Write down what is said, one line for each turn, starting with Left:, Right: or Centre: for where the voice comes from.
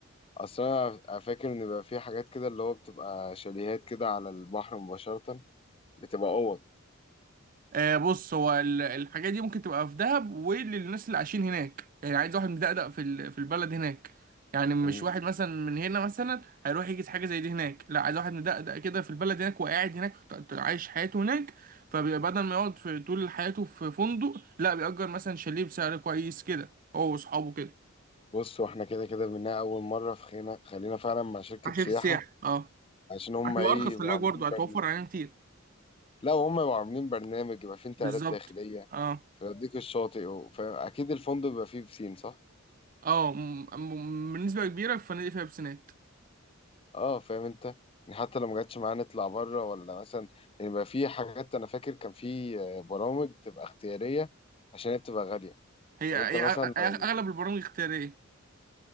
Left: اصل انا فاكر ان بيبقى في حاجات كده اللي هو بتبقى شاليهات كده على البحر مباشره بتبقى اوض
Right: آه بص هو ال- الحاجات دي ممكن تبقى في دهب وللناس اللي عايشين هناك يعني عايز واحد مدقدق في ال- في البلد هناك يعني مش
Left: مم.
Right: واحد مثلا من هنا مثلا هيروح يجي حاجه زي دي هناك لا عايز واحد مدقدق كده في البلد هناك وقاعد هناك ط- ط- عايش حياته هناك فبدل ما يقعد في طول حياته في فندق لا بيأجر مثلا شاليه بسعر كويس كده هو واصحابه كده
Left: بص واحنا كده كده منها اول مره في خينا خلينا فعلا مع شركه
Right: مع شركه
Left: سياحه
Right: سياحه اه
Left: عشان هم
Right: هتبقى
Left: ايه
Right: ارخص
Left: يبقوا
Right: خلي بالك
Left: عاملين
Right: برضه هتوفر
Left: برنامج
Right: علينا كتير
Left: لا هم يبقوا عاملين برنامج يبقى فيه انتقالات
Right: بالظبط
Left: داخليه
Right: اه
Left: فيوديك الشاطئ و... فاكيد الفندق بيبقى فيه بسين صح
Right: اه م- م- بالنسبه كبيره في فنادق فيها بسنات
Left: اه فاهم انت يعني حتى لو ما جاتش معانا نطلع بره ولا مثلا يعني بقى في حاجات انا فاكر كان في آه، برامج بتبقى اختياريه عشان هي بتبقى غاليه
Right: هي
Left: طب
Right: هي
Left: انت مثلا
Right: أغ- أغ-
Left: لو
Right: اغلب البرامج اختياريه